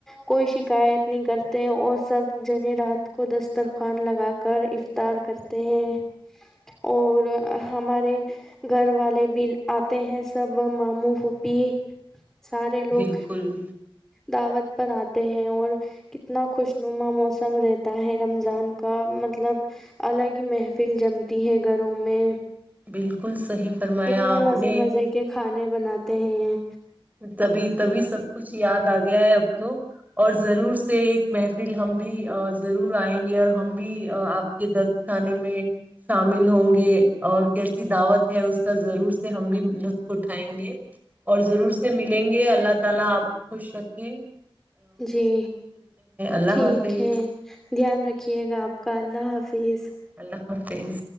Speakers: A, in the centre; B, on the right.
A: کوئی شکایت کرتے ہیں اور سب جنے رات کو دسترخوان لگا کر افطار کرتے ہیں اور ہمارے گھر والے بھی آتے ہیں سب ماموں پھپھی سارے لوگ
B: بالکل
A: دعوت پر آتے ہیں اور کتنا خوشنما موسم رہتا ہے رمضان کا مطلب الگ ہی محفل جمتی ہے گھروں میں
B: بالکل صحی فرمایا
A: کتنے
B: آپ
A: مزے
B: نے
A: مزے کے کھانے بناتے ہیں
B: تبھی تبھی سب کچھ یاد آ گیا ہے اب تو اور ضرور سے ایک محفل ہم بھی ضرور آئیں گے اور ہم بھی آپ کے دخت خانے میں شامل ہوں گے اور کیسی دعوت ہے اس کا ضرور سے ہم بھی لطف اٹھائیں گے اور ضرور سے ملیں گے اللہ تا آپ خوش شکیے
A: جی
B: اللہ
A: ٹھیک
B: حافظ
A: ہے دھیان رکھیے گا آپ کاللہ حافظ
B: اللہ حافظ